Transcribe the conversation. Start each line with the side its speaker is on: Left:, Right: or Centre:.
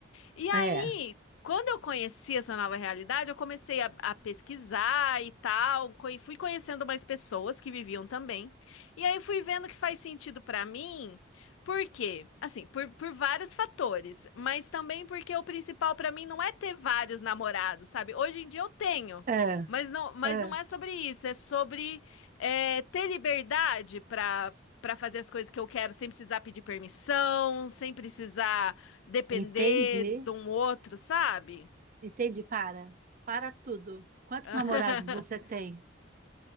Left: E aí,
Right: É,
Left: quando eu conheci essa nova realidade, eu comecei a, a pesquisar e tal, co- e fui conhecendo mais pessoas que viviam também. E aí fui vendo que faz sentido pra mim, por quê? Assim, por, por vários fatores, mas também porque o principal pra mim não é ter vários namorados, sabe? Hoje em dia eu tenho,
Right: é,
Left: mas não, mas
Right: é.
Left: não é sobre isso, é sobre é, ter liberdade pra para fazer as coisas que eu quero sem precisar pedir permissão, sem precisar depender
Right: Entendi,
Left: de um outro, sabe?
Right: entendi. Para, para tudo. Quantos
Left: <laughs>
Right: namorados você tem?